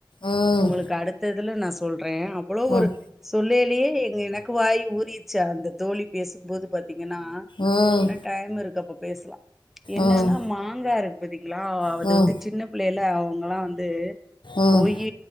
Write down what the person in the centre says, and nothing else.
உங்களுக்கு அடுத்ததுல நா சொல்றே அவ்ளோ ஒரு
சொல்லேலியே எனக்கு வாய் ஊறிச்சு அந்த தோழி பேசும்போது பாத் தீங்கன்னா
இன்னு டைம் இருக்கு அப்ப பேசலா என்னன்னா
மாங்கா இருக்கு பதீங் கலா அது
வந்து சின்ன பிள்ளைல அவங்கல்லா வந்து
போயி